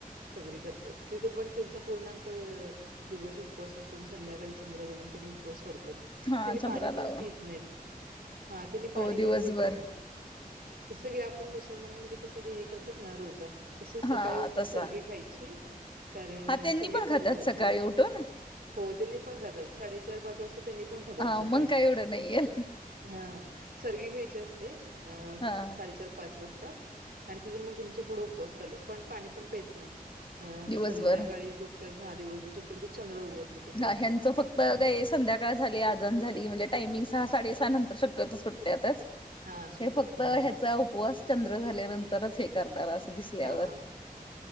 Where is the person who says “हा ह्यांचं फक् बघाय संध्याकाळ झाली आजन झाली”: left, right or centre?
Left